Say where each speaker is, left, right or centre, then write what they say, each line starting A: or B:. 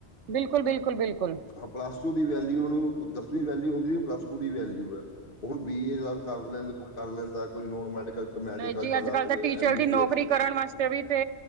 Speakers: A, on the right (about 80°); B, on the left (about 50°).
A: ਬਿਲਕੁਲ- ਬਿਲਕੁਲ, ਬਿਲਕੁਲ।
B: ਹਾਂ ਪਲੱਸ ਟੂ ਦੀ ਵੈਲਿਊ ਉਹਨੂੰ ਦਸਵੀਂ ਵੈਲਿਊ ਹੁੰਦੀ ਪਲੱਸ ਟੂ ਦੀ ਵੈਲਿਊ ਹੈ, ਹੁਣ ਬੀ ਏ ਕਰ ਲੈਂਦੇ ਕੋਈ ਕਰ ਲੈਂਦਾ ਆ, ਕੋਈ ਨੋਨ ਮੈਡੀਕਲ ਚ ਮੈਡੀਕਲ
A: ਨਹੀਂ ਜੀ
B: ਚ
A: ਅੱਜ
B: ਲੱਗ
A: ਕੱਲ ਤਾਂ
B: ਜੇ
A: ਟੀਚਰ
B: ਐਮ ਬੀ
A: ਦੀ ਨੌਕਰੀ
B: ਬੀ ਐਸ
A: ਕਰਨ ਵਾਸਤੇ ਵੀ ਤੇ